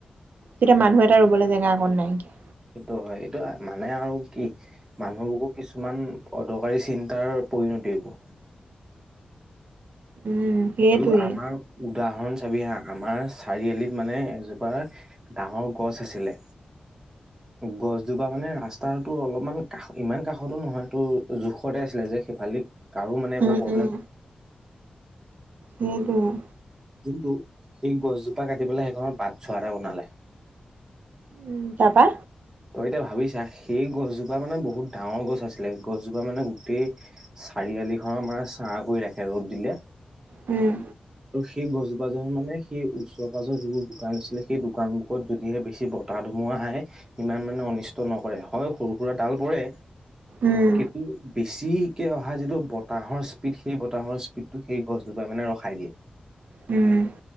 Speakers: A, on the right; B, on the right.
A: এতিয়া মানুহ এটা ৰ'বলৈ জেগা অকন নাইকিয়া।
B: এইটো হয় এইটো মানে আৰু কি মানুহবোৰ কিছুমান অদৰকাৰী চিন্তাৰ পৰিণতি এইবোৰ।
A: উম। সেইটোৱেই
B: আৰু আমাৰ উদাহৰণ চাবি হা, আমাৰ চাৰিআলিত মানে এজোপা ডাঙৰ গছ আছিলে, গছজোপা মানে ৰাস্তাটোৰ অলপমান কাষ ইমান কাষতো নহয় তো জোখতে আছিলে যে সেইফালেদি কাৰো মানে একো
A: উম
B: প্ৰব্লেম
A: উম সেইটোৱে।
B: কিন্তু এই গছজোপা কাটি পেলাই সেইখনত বাটচ'ৰা এটা বনালে।
A: উম তাৰপা
B: তই এতিয়া ভাবি ছা সেই গছজোপা মানে বহুত ডাঙৰ গছ আছিলে, গছজোপা মানে গোটেই চাৰিআলি খনৰ মানে ছাঁ কৰি ৰাখে ৰ'দ দিলে।
A: উম।
B: আৰু সেই গছজোপা জন মানে সেই ওচৰে পাঁজৰে যিবোৰ দোকান আছিলে সেই দোকানবোৰকত যদিহে বেছি ব তাহ ধুমুহা আহে ইমান মানে অনিষ্ট নকৰে, হয় সৰু-সুৰা ডাল পৰে
A: উম
B: কিন্তু বেছি কে অহা যিটো বতাহৰ স্পীড সেই বতাহৰ স্পীডটো সেই গছজোপাই মানে ৰখাই দিয়ে।
A: উম।